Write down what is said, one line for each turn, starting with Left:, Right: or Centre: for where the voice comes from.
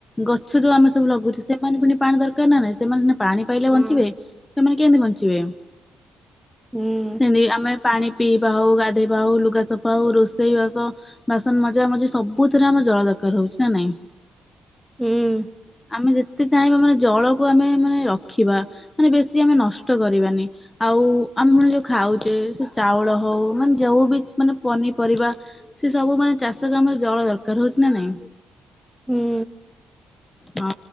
Left: ଗଛ ଯୋଉ ଆମେ ସବୁ ଲଗୁଛେ ସେ ସେ ପୁଣି ପାଣି ଦରକାର ନା ନାଇଁ ସେମାନେ ସେ ପାଣି ପାଇଲେ
Centre: ହୁଁ
Left: ବଞ୍ଚିବେ। ସେମାନେ କେମିତି ବଞ୍ଚିବେ?
Centre: ହୁଁ।
Left: ସେମତି ଆମେ ପାଣି ପିଇବା ହଉ ଗାଧେଇବା ହଉ ଲୁଗା ସଫା ହଉ ରୋଷେଇ ବାସ ବାସନ ମଜା ଜା ମଜି ସବୁ ଥରେ ଆମର ଜଳ ଦରକାର ହଉଛି ନା ନାଇଁ।
Centre: ହୁଁ।
Left: ଆମେ ଯେତେ ଚାହିଁବା ମାନେ ଜଳକୁ ଆମେ ମାନେ ରଖିବା। ମାନେ ବେଶୀ ଆମେ ନଷ୍ଟ କରିବାନି ଆଉ ଆମୋଫୁଣି ଯୋଉ ଖାଉ ସେ ଚାଉଳ ହଉ ମାନେ ଯଉ ବି ମାନେ ପନିପରିବା ସେ ସବୁ ମାନେ ଚାଶ୍ ଶ ଜମିରେ ଜଳ ଦରକାର ହଉଛି ନା ନାଇଁ‌।
Centre: ହୁଁ
Left: ହଁ